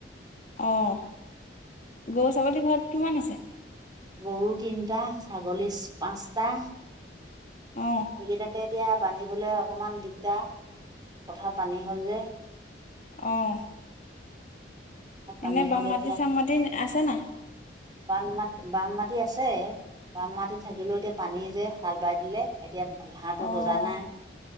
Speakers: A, on the left (about 40°); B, on the right (about 20°).
A: অ', গৰু, ছাগলী ঘৰত কিমান আছে?
B: গৰু তিনটা ছাগলী পাঁচটা।
A: অ
B: সেইকেইটাকে এতিয়া বান্ধিবলৈ অকমান দিগদাৰ পথাৰত পানী হ'ল যে।
A: অ'।
B: পানীহল
A: এনে বাম মাটি
B: এতিয়া
A: চাম মাটি আছে নাই?
B: বাম মাত বাম মাত টি আছে বাম মাটি থাকিলেও এতিয়া পানী যে, হাল বাই দিলে এতিয়া ঘাঁহটো
A: অ',
B: গজা নাই